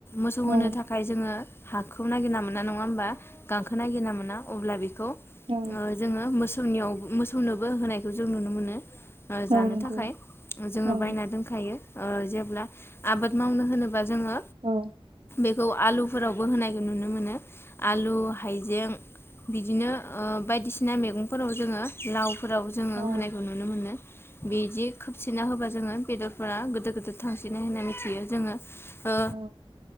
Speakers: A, on the left (about 25°); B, on the right (about 65°).
A: मोसौ होनो
B: औ
A: थाखाय जोङो हाखौ नागिरना मोना नङा होमबा गांखो नागिरना मोना अब्ला बिखौ
B: औ
A: जोङो मोस सौनियाव मोसौनोबो होनायखौ जों नुनो मोनो ओ जानो
B: औ नंगौ
A: थाखाय जोङो
B: औ
A: बायना दोनखायो ओ जेब्ला आबाद मावनो होनोबा जोङो
B: औ
A: बेखौ आलुफोरावबो होनायखौ नुनो मोनो आलु हायजें बिदिनो ओ बायदिसिना मैगंफोराव जोङो लाव फोराव जोङो
B: औ
A: होनायखौ नुनो मोनो बिदि खोबसिनना होबा जोङो बेदरफोरा गोदोद गोदोद थांसिनो होनना मिथियो जोङो ओ
B: औ